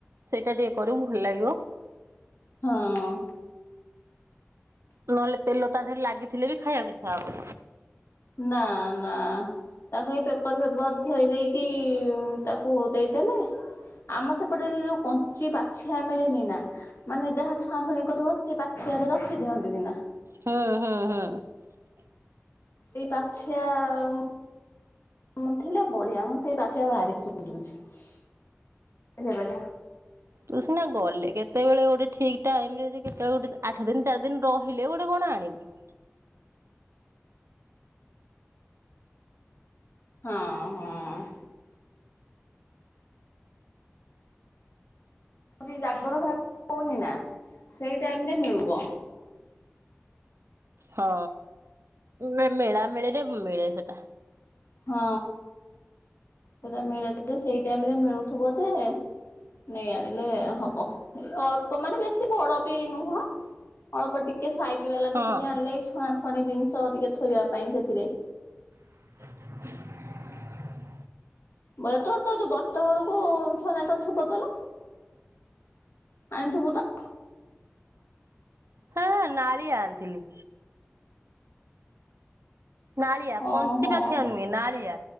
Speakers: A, on the right; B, on the left.
A: ସେଇଟା ଟିକେ କରିବୁ, ଭଲ ଲାଗିବ।
B: ହଁ।
A: ନହେଲେ ତେଲ ତା ଦେହରେ ଲାଗିଥିଲେ ବି, ଖାଇବାକୁ ଇଚ୍ଛା ହବନି।
B: ନା, ନା ତାକୁ ଏଇ ପେପର ଫେପର ଥୋଇଦେଇକି କି ତାକୁ ଦେଇଦେଲେ ଆମ ସେପଟେ ଯେ-ଯୋଉ କଞ୍ଚି ପାଛିଆ ମିଳେନି ନା, ମାନେ ଯାହା ଛଣାଛୁଣି କରିବ ସେଇ ପାଛିଆରେ ରଖି ଦିଅନ୍ତିନି ନା?
A: ହୁଁ, ହୁଁ, ହୁଁ।
B: ସେଇ ପାଛିଆ ଆଉ ମୁଁ ଥିଲେ ବଢ଼ିଆ। ମୁଁ ସେଇ ପାଛିଆ ଭାରି ଖୋଜୁଛି। ଦେ ବଟା
A: ତୁ ସିନା ଗଲେ କେତେବେଳେ, ଗୋଟେ ଠିକ୍ ଟାଇମ୍ ରେ, ଯେ କେତେବେଳେ ଗୋଟେ, ଆଠ ଦିନ ଚାରି ଦିନ ରହିଲେ ଗୋଟେ କଣ ଆଣିବୁ।
B: ହଁ ହଁ। ସେ ଯୋଉ ଜାଗର ହଉନି ନା, ସେଇ ଟାଇମ୍ ରେ ମିଳୁବ।
A: ହଁ। ନାଇଁ ମେଳା ମେଳିରେ ମିଳେ ସେଟା।
B: ହଁ। ସେଟା ମିଳେ, ସେଇ ଟାଇମ୍ ରେ ମିଳୁଥିବ ଯେ ନେଇ ଆଣିଲେ ହବ। ଏଇ ଅଳ୍ପ ମାନେ ବେଶୀ ବଡ଼ ବି ନୁହଁ। ଅଳପ ଟିକେ ସାଇଜି ବାଲା
A: ହଁ।
B: ଦେଖିକି ଆଣିଲେ, ଛଣାଛଣି ଜିନିଷ ଟିକେ ଥୋଇବା ପାଇଁ ସେଥିରେ।
A: <inaudible>
B: ବରେ ତୋ, ତ ଯୋଉ ବର୍ତ ଘରକୁ, ଛଣା ହେଇ ଥିବ ତୋର? ଆଣିଥିବୁ ତ?
A: ହଁ ନାଳିଆ ଆଣିଥିଲି। ନାଳିଆ,
B: ଓହୋ।
A: କଞ୍ଚି ପାଛିଆ ନୁହେ। ନାଳିଆ,